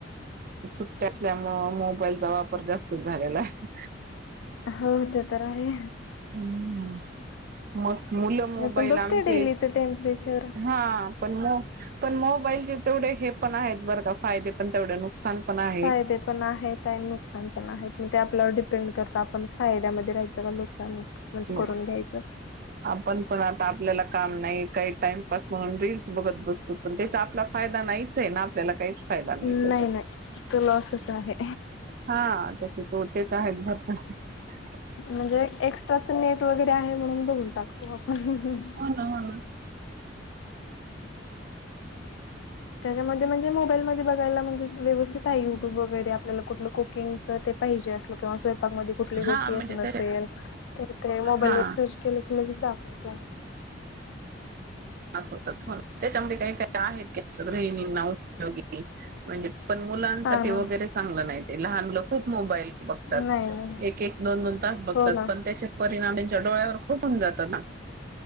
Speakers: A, on the right (about 50°); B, on the left (about 75°).
A: सुट्टया असल्यामुळ मोबाईलचा वापर जास्त झालेला आहे.
B: हो ते तर आहे...
A: हम्म म... मुलं मोबाईल
B: मी पण बघते
A: आमचे
B: डेलीच टेम्परेचर
A: हा पण मो... पण मोबाईलचे तेवढे हे पण आहेत बर का फायदे पण तेवढे नुकसान... पण आहे.
B: फायदे पण आहेत आणि नुकसान पण आहेत मग ते आपल्यावर डिपेंड करतात आपण फायद्यामध्ये... राहायचं का नुकसान म्हणजे
A: लोक
B: करून घ्यायचं
A: आपण... पण आता आपल्याला काम नाही काही टाइमपास म्हणून रीलस बघत बसतो पण त्याचा आपला फायदा नाहीच आहे... आपल्याला काहीच... फायदा
B: नाही
A: त्याचा
B: नाही तो लॉसच आहे...
A: हा त्याचे तोटच... बत...
B: म्हणजे एक्स्ट्राच नेट वगैरे आहे म्हणून बघून टकतो आपण...
A: हो ना हो ना
B: त्याच्यामध्ये म्हणजे मोबाईलमध्ये बघायला म्हणजे व्यवस्थित आहे युट्यूब वगैरे आपल्याला कुठलं कुकिंगच... पाहिजे अस... स्वयपाक मध्ये कुठली
A: हा
B: गोष्टी
A: म्हणजे
B: येत नसेल
A: त्याच्या
B: तर ते मोबाईल
A: हा
B: वर सर्च केलं की लगेच दाखव... अच्छा...
A: त त्याच्यामध्ये काही काही आहेत गृहिणींना उपयोगी म्हणजे... पण मुलांसाठी
B: हा ना
A: वगैरे चांगलं नाही लहान मुलं खूप मोबाईल बघतात
B: नाही नाही
A: एक एक दोन... बघतात
B: हो ना
A: पण त्याचे परिणाम त्यांच्या डोळ्यावर खूप होऊन जात ना...